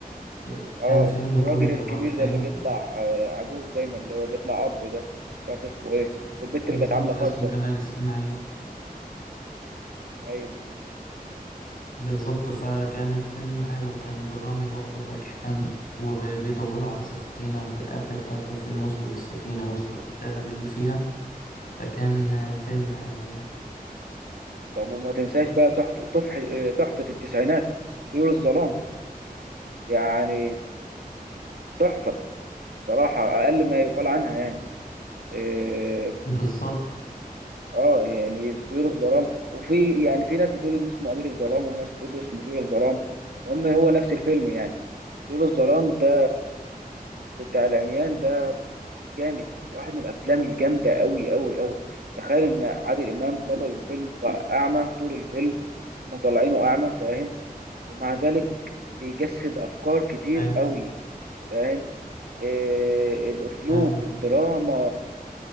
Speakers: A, on the left (about 65°); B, on the right (about 85°).
A: ك-
B: اه
A: كان فيلم
B: والراجل
A: كوميدي
B: الكبير
A: حرفيا
B: ده اللي بيطلع آه، عجوز دايما اللي هو بيطلع اب ده مش عارف اسمه ايه والبت
A: بالظبط
B: اللي كانت عامله خرصه
A: اسمه جمال إسماعيل
B: ايوه
A: بالظبط فكان الفيلم حلو كان درامي برضو أكشن وبيدوروا على سفينة وفي الآخر في آخر الفيلم وصلوا للسفينة وصلوا للذهب اللي فيها فكان آه، فيلم حلو يعني
B: طب وما تنساش بقى تحفه تحفه آه، تحفة التسعينات طيور الظلام يعني تحفه بصراحه اقل ما يقال عنها يعني إيه،
A: بالظبط
B: اه يعني طيور الظلام وفي يعني في ناس بتقول ان اسمه امير الظلام وناس بتقول اسمه طيور الظلام المهم هو نفس الفيلم يعني طيور الظلام ده بتاع العميان ده جامد واحد من الافلام الجامده قوي قوي قوي تخيل ان عادل امام بطل الفيلم هو اعمى طول الفيلم مطلعينه اعمى فاهم ومع ذلك بيجسد افكار كتير
A: أيوة
B: قوي فاهم إيه الاسلوب
A: فعلا
B: والدراما